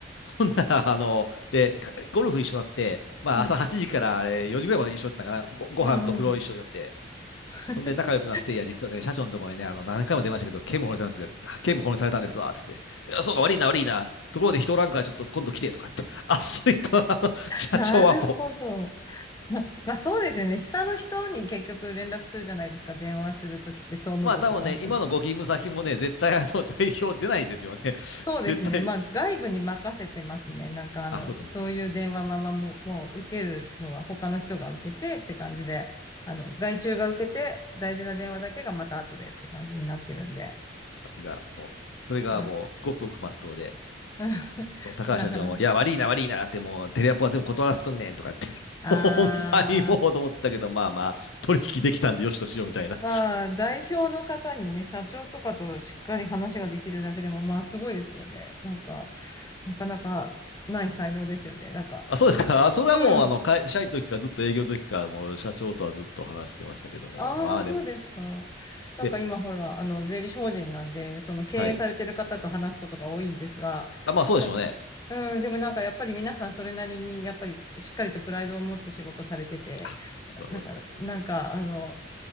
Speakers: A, on the left; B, on the left.
A: ほんなら、あの、で、かゴルフ一緒になって、まあ、
B: うん、
A: 朝8時からあれ4時ぐらいまで一緒だったかな。ご、ご飯と風呂一緒だって。
B: うん、うん。<laughs>
A: ほんで、仲良くなって、いや、実はね、社長のところにね、あの、何回も出ましたけど、剣も保護されたんですよ。県も保護されたんですわ、つって。いや、そうか、悪いな、悪いな。ところで人おらんから、ちょっと今度来て、とかって。あっさりと、あの、社長はも
B: なるほど。<laughs> ま、まあそうですよね。下の人に結局連絡するじゃないですか。電話するときって総務部とかそういうとこ。
A: まあ多分ね、今のご勤務先もね、絶対あの <laughs> 代表出ないですよね。
B: そうですね。
A: <laughs> 絶対。
B: まあ外部に任せてますね。なんかあの、
A: あ、そうかそうか。
B: そういう電話ままもう、もう受けるのは他の人が受けてって感じで、あの、外注が受けて大事な電話だけがまた後でって感じになってるんで、
A: さすが。もう、それがもう、
B: なんか
A: ごくごくまっとうで。
B: <laughs>
A: 高橋社長も、
B: つながらない。
A: いや、悪いな、悪いなって、もう、テレアポは全部断らせとんねんとかって。
B: あー。
A: <laughs> ほんまにもうと思ったけど、まあまあ、取引できたんでよしとしようみたいな。
B: まあ、代表の方にね、社長とかとしっかり話ができるだけでも、まあ、すごいですよね。なんか、なかなかない才能ですよね。なんか、
A: あ、そうですか。それはもう、
B: うん。
A: あの、会社員の時からずっと営業の時から、もう社長とはずっと話してましたけども、
B: ああ、
A: まあでも、
B: そうですか。なんか今ほら、
A: で、
B: あの、税理士法人なんで、その経営されてる方と話すことが多いんですが、
A: はい。あ、まあそうでしょうね。
B: なうん、でもなんかやっぱり皆さんそれなりに、やっぱりしっかりとプライドを持って仕事されてて、
A: あ、そりゃそうですよ。
B: だから、なんか、あの、